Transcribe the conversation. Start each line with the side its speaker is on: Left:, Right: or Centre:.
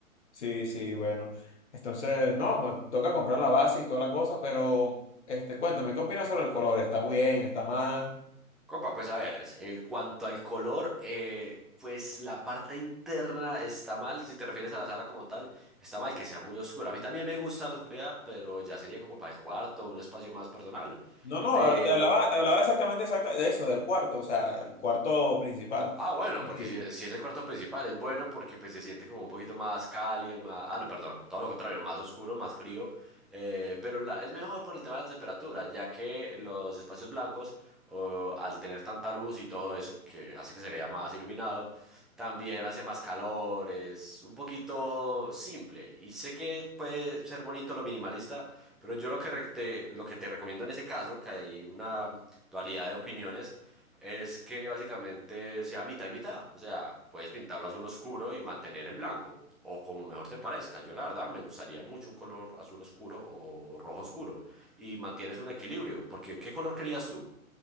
Left: sí, sí, bueno. Entonces, no, me toca comprar la base y toda la cosa, pero, este, cuéntame, ¿qué opinas sobre el color? ¿Está bien? ¿Está mal?
Centre: Compa, pues a ver, en cuanto al color, eh, pues la parte interna está mal, si te refieres a la sala como tal, está mal que sea muy oscura. A mí también me gusta la oscuridad, pero ya sería como para el cuarto, un espacio más personal.
Left: No, no,
Centre: Pero,
Left: ahora te hablaba, te hablaba exactamente exacta- de eso, del cuarto, o sea, el cuarto principal.
Centre: Ah, bueno,
Left: Es
Centre: porque si, si es el cuarto principal, es bueno porque pues se siente como un poquito más cálido, más... Ah, no, perdón, todo lo contrario, más oscuro, más frío, eh, pero la- es mejor por el tema de la temperatura, ya que los espacios blancos, o, al tener tanta luz y todo eso, que hace que se vea más iluminado, también hace más calor, es un poquito simple. Y sé que puede ser bonito lo minimalista, pero yo lo que re- te, lo que te recomiendo en ese caso, que hay una dualidad de opiniones, es que básicamente sea mitad y mitad. O sea, puedes pintarlo azul oscuro y mantener el blanco. O como mejor te parezca. Yo la verdad me gustaría mucho un color azul oscuro o rojo oscuro. Y mantienes un equilibrio. Porque ¿qué color querías tú?